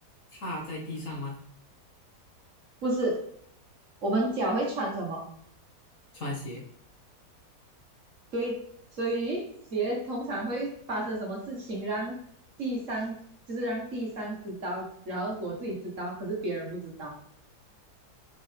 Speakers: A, on the left; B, on the right.
A: 踏在地上吗？
B: 不是，我们脚会穿什么？
A: 穿鞋
B: 对，所以鞋通常会发生什么事情让第三，就是让第三知道，然后我自己知道，可是别人不知道。